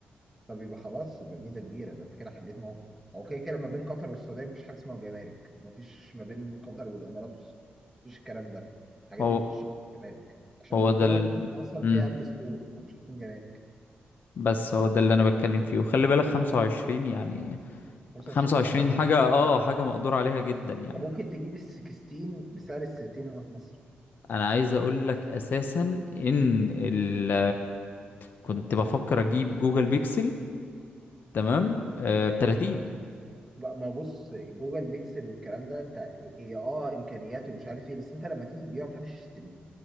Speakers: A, in the centre; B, on the left.
A: طب يبقى خلاص يبقى ميزه كبيره يبقى انت كده حددت موقف هو كده كده ما بين قطر والسعوديه مفيش حاجه اسمها جمارك مفيش ما بين قطر والامارات والس- مفيش الكلام ده الحاجات
B: هو
A: دي بتخش في الجمارك عشان
B: هو
A: الدول
B: ده ال...
A: دي اصلا
B: مم.
A: فيها ابل ستور فمش حاطين جمارك
B: بس هو ده اللي انا بتكلم فيه وخلي بالك 25 يعني
A: 25
B: 25
A: ده مش رقم
B: حاجة اه حاجة مقدور عليها جدا يعني
A: انت ممكن تجيب ال 16 بسعر ال 30 هنا في مصر
B: انا عايز اقول لك اساسا ان ال كنت بفكر اجيب جوجل بيكسل تمام ب 30
A: لا ما بص جوجل بيكسل والكلام ده انت هي اه امكانياته ومش عارف ايه بس انت لما تيجي تبيعه محدش يشتريه